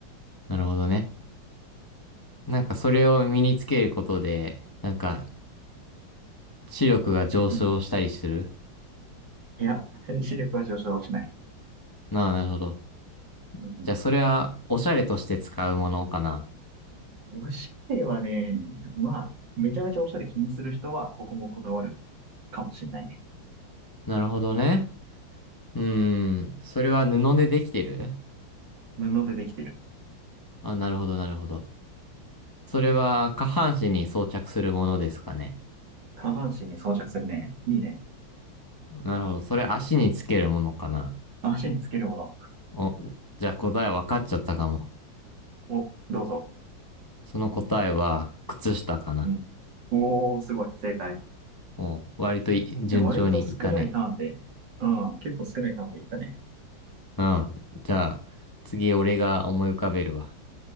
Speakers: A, on the left; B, on the right.
A: なるほどね。なんかそれを身につけることで、なんか視力が上昇したりする。
B: うん。いや、<laughs> 視力は上昇しない。
A: なあ、なるほど。
B: うん。
A: じゃあそれはおしゃれとして使うものかな。
B: おしゃれはね、まあ、めちゃめちゃおしゃれ気にする人は、ここもこだわるかもしれないね。
A: なるほどね。うーん。それは布でできてる
B: 布でできてる。
A: あ、なるほど、なるほど。それは下半身に装着するものですかね。
B: 下半身に装着するね。いいね。
A: なるほど。それ足につけるものかな。
B: 足につけるもの。
A: お、じゃあ答え分かっちゃったかも。
B: お、どうぞ。
A: その答えは靴下かな。
B: うん。おお、すごい。正解。
A: お、割とい順調にいったね。
B: いや割と少ないターンで、うん、結構少ないターンでいったね。
A: うんじゃあ、次俺が思い浮かべるわ。